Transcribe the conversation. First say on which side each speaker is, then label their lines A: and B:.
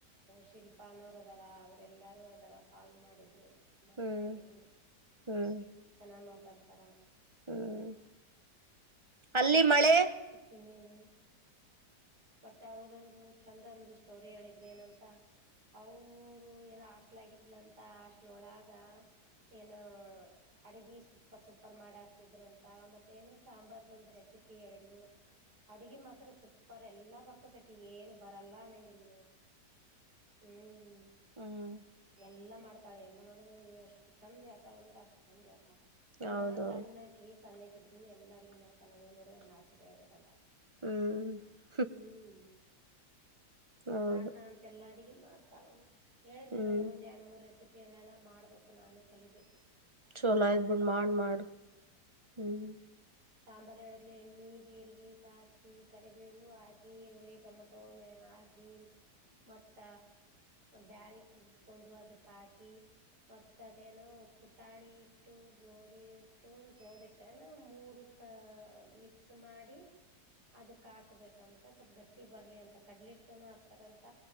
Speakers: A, on the right; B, on the right.
A: ಶಿಲ್ಪಾಾನೋರ ಅದಾರ ಅವ್ರ ಎಲ್ಲಾರೂ ಅದಾರ ಕಾಲ್ ಮಾಡಿದ್ರು ಮಾತಾಡಿದೀನಿ
B: ಹ್ಮ್ ಹ್ಮ್
A: ಚೆನ್ನಾಗಿ ಮಾತಾಡ್ತಾರ
B: ಹ್ಮ್ ಅಲ್ಲಿ ಮಳೆ
A: ಹತ್ತಿನೇಳೇಳು ಮತ್ತೆ ಅವ್ರೊಂದು ಚಂದ ಒಂದು ಸ್ಟೋರಿ ಹೇಳಿದ್ರ ಏನಂತ ಅವರು ಏನ ಹಾಸ್ಟ್ಲ್ ಆಗಿದ್ಲಂತ ಹಾಸ್ಟ್ಲ್ ಒಳಗ ಏನ ಅಡಗ ಸೂಪರ್ ಸೂಪರ್ ಮಾಡಿ ಹಾಕ್ತಿದ್ರು ಅಂತ ಮತ್ತೆ ಏನ ಸಾಂಬಾರ್ದ ಒಂದು ರೆಸಿಪ ಸಿಪಿ ಎಳಲು ಅಡುಗೆ ಮಾತ್ರ ಸ ಬರ್ ಎಲ್ಲಾ ಬರ್ತದ ಅಕ್ಕಗ ಏನು ಬರಲ್ಲ ಅನ್ನಂಗಿಲ್ ಹ್ಮ್
B: ಹ್ಮ್
A: ಎಲ್ಲ ಮಾಡ್ತಾಳೆ ಎಲ್ಲ ಮಾಡಿದ್ರೆ ಎಷ್ಟು ಚಂದ ಆತಾಳ ಅಂದ್ರೆ ಅಷ್ಟ್ ಚಂದ ಆತ ಇ
B: ಹೌದೌದು
A: ನಾ ಸಣ್ಣಕಿ ಸಣ್ಣಕ್ಕ ಇದ್ರು ಎಲ್ಲಾ ಅಡಿಗೆ ಮರೆತ ನಾನ ನೋಡ ಆಚಿಕೆಗ ತಂಗ
B: ಹ್ಮ್
A: ಹ್ಮ್
B: ಹೌದು
A: ಮಾಡ್ತಾಳಂತೆ ಎಲ್ಲಾ ಅಡಗ ಮಾಡ್ತಾಳ ಹೇಳಿದ್ಲ
B: ಹ್ಮ್
A: ನನಗ ಒಂದ್ ಎರಡ್ ಮೂರ್ ರೆಸಿಪಿ ಪ್ರೇಳಣ ಮಾಡಬೇಕು ನಾನು ಕಲಿಬೇಕು
B: ಚೊಲೋ ಆಯತ್ಬಿಟ್ ಮಾಡ ಮಾಡು ಹ್ಮ್
A: ಸಾಂಬಾರ ಹೇಳದ್ಲಿ ಎಣ್ಣೆ ಜೀರಿಗೆ ಸಾಸಿವ ಕರಿ ಬೇವು ಹಾಕಿ ಇ ರರುಲಿ ಟೊಮಾಟೋ ಮ ಹಾಕಿ ಮತ್ತ ಬ್ಯಾಳೆ ಕುದಿಸ್ಕೊಂಡು ಅದಕ್ ಹಾಕಿ ಮತ್ತ ಅದೇನೋ ಪುಟಾಣಿ ಇಟ್ಟು ಗೋಧಿ ಇಟ್ಟು ಜೋದ ಇಟ್ಟ ಏನ ಮೂರು ಮಿಕ್ಸ್ ಮಾಡಿ ಅದ ಹಾ ಹಾಕ್ಬೇಕಂತ ಸ್ವಲ್ಪ್ ಗಟ್ಟಿ ಬರ್ಲಿ ಅಂತ ಕಡ್ಲೆಟ್ಟುನು ಹಾಕ್ತರಂತ.